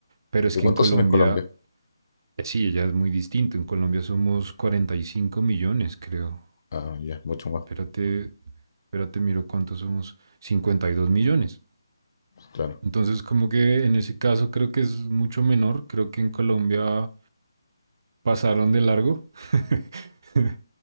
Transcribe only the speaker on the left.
¿Y
cuántos
son en Colombia?
Ah, ya, mucho más.
Claro.